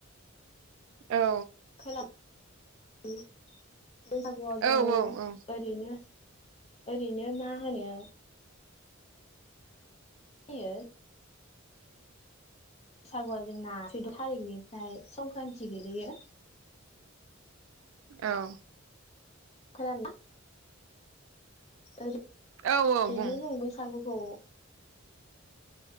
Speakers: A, on the right; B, on the left.
A: औ
B: खोना उम बैसागुआव जोङो
A: औ औ औ
B: ओरैनो ओरैनो मा होनो <unintelligible> बैसागुआ जोंना सैद' थारिखनिफ्राय संक्रान्ति गोेलैयो।
A: औ
B: खोनादोंना? ओरि
A: औ औ
B: बेनो
A: बुं
B: जायो बैसागु ह